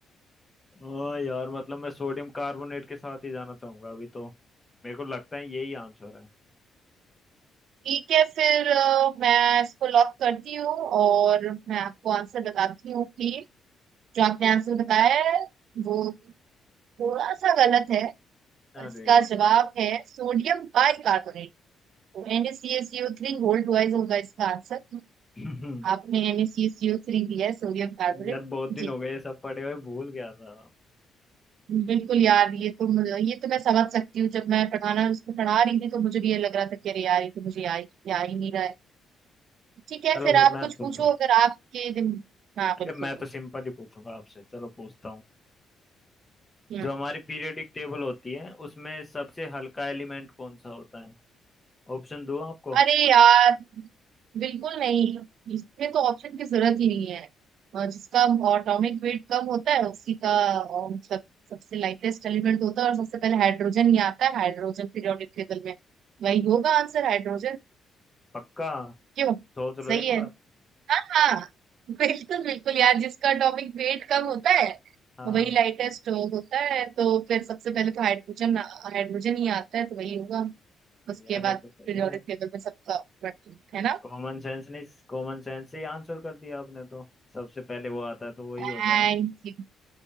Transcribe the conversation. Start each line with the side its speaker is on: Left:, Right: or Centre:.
Left: ओ यार मतलब मैं सोडियम कार्बोनेट के साथ ही जाना चाहूंगा अभी तो मेरे को लगता है यही आंसर है
Right: ठीक है फिर अ, मैं इसको लॉक करती हूँ और मैं आपको आंसर बताती हूँ कि जो आपने आंसर बताया है वो थोड़ा सा गलत है
Left: अरे
Right: इसका
Left: यार
Right: जवाब है सोडियम बाइकार्बोनेट तो NaCl3 गोल्ड वाइज होगा इसका आंसर
Left: <laughs>
Right: आपने NaCl3 दिया है सोडियम कार्बोनेट
Left: यार बहुत
Right: जी
Left: दिन हो गए ये सब पढ़े हुए भूल गया था
Right: बिल्कुल यार ये तो मुझे ये तो मैं समझ सकती हूँ जब मैं पढ़ाना उसको पढ़ा रही थी तो मुझे भी ये लग रहा था कि अरे यार ये तो मुझे आ ही आ ही नहीं रहा है ठीक है
Left: चलो
Right: फिर
Left: फिर
Right: आप
Left: मैं
Right: कुछ
Left: पूछूं
Right: पूछो अगर आपके दिन हाँ बिल्कुल
Left: अरे मैं तो सिंपल ही पूछूंगा आपसे चलो पूछता हूँ
Right: हम्म
Left: जो हमारी पीरियोडिक टेबल होती है उसमें सबसे हल्का एलिमेंट कौन सा होता है ऑप्शन दूँ आपको
Right: अरे यार बिल्कुल नहीं इसमें तो ऑप्शन की जरूरत ही नहीं है अ, जिसका एटॉमिक वेट कम होता है उसी का अ, मतलब सबसे लाइटेस्ट एलिमेंट होता है और सबसे पहले हाइड्रोजन ही आता है हाइड्रोजन पीरियोडिक टेबल में वही होगा आंसर हाइड्रोजन
Left: पक्का
Right: क्यों
Left: सोच लो
Right: सही
Left: एक बार
Right: है हाँ बिल्कुल बिल्कुल यार जिसका टॉपिक वेट कम होता है
Left: हाँ
Right: वही लाइटेस्ट स्ट्रोक होता है तो फिर सबसे पहले तो हाइड्रोजन हाइड्रोजन ही आता है तो वही होगा उसके
Left: यार
Right: बाद
Left: ये तो सही
Right: पीरियोडिक
Left: है
Right: टेबल में सबका बढ़ती है है ना
Left: कॉमन सेंस नहीं कॉमन सेंस से ही आंसर कर दिया आपने तो सबसे पहले वो आता है तो वही
Right: Thank
Left: होगा है
Right: you